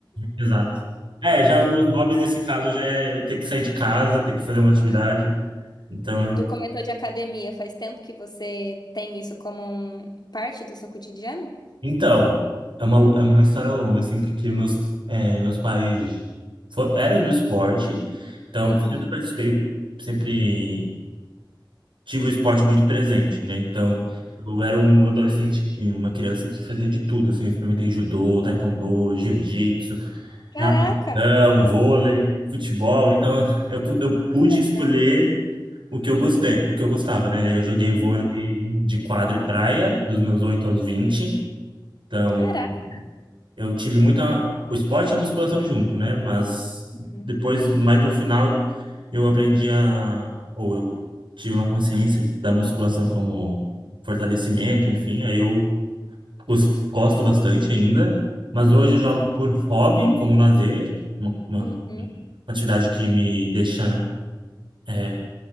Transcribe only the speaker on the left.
Tu comentou de academia, faz tempo que você tem isso como um- parte do seu cotidiano?
Uhum.
Caraca,
que legal.
Uhum.
Caraca.
Uhum.
Uhum.